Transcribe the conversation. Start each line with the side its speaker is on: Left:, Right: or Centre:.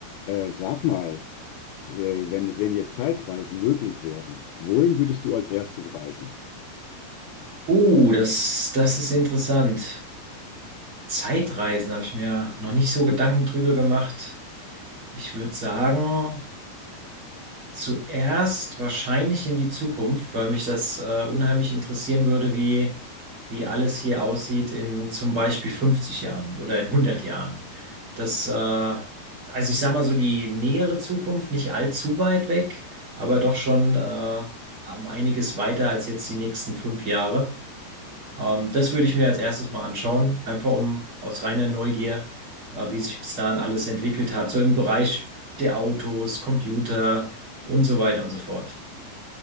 Left: Äh, sag mal, äh, wenn, wenn jetzt Zeitreisen möglich wären, wohin würdest du als erstes reisen?
Right: Oh, das, das ist interessant. Zeitreisen habe ich mir
Left: <laughs>
Right: noch nicht so Gedanken drüber gemacht. Ich würde sagen, zuerst wahrscheinlich in die Zukunft, weil mich das äh, unheimlich interessieren würde, wie, wie alles hier aussieht in zum Beispiel 50 Jahren oder in 100 Jahren. Das, äh, also ich sage mal so die nähere Zukunft, nicht allzu weit weg, aber doch schon äh, um einiges weiter als jetzt die nächsten fünf Jahre. Ähm, das würde ich mir als erstes mal anschauen, einfach um aus reiner Neugier, äh, wie sich bis dahin alles entwickelt hat, so im Bereich der Autos, Computer und so weiter und so fort.